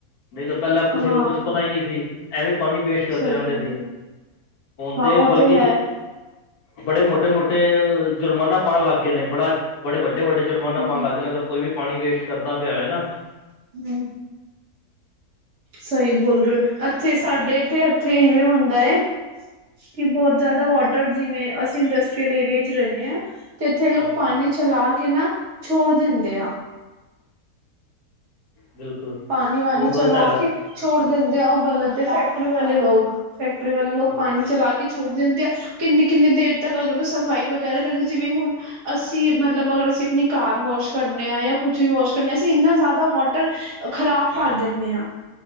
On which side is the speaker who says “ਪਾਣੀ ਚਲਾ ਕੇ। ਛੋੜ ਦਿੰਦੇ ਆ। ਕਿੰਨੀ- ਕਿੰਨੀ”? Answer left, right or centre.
Right